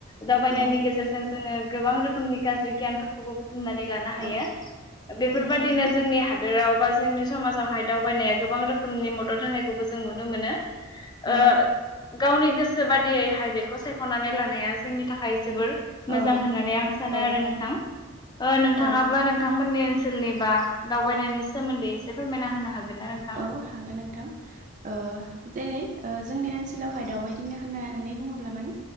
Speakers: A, on the left; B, on the right.
A: दावबायनायनि
B: औ
A: गेजेरजों जोंङो गोबां रोखोमनि गाज्रि गियानफोरखौबो मनानै लानो हायो
B: औ
A: बेफोरबायदिनो
B: नंगौ नोंथां
A: जोंनि हादोराव बा जोंनि समाजावहाय दावबायनाया गोबां रोखोमनि मदद होनायखौबो जों नुनो मोनो
B: औ
A: ओ गावनि गोसो बादियैहाय बेखौ सायख'नानै लानाया जोंनि थाखाय जोबोर मोजां
B: औ
A: होननानै आं सानो
B: औ
A: आरो
B: नंगौ
A: नोंथां ओ नोंथांङाबो
B: औ
A: नोंथांमोननि ओनसोलनि बा दावबायनायनि सोमोन्दै एसे फोरमायना होनो हागोन ना नोंथां?
B: औ हागोन नोंथां ओ जेरै ओ जोंनि ओनसोलावहाय दावबायदिंनो होननानै बुंङोब्ला माने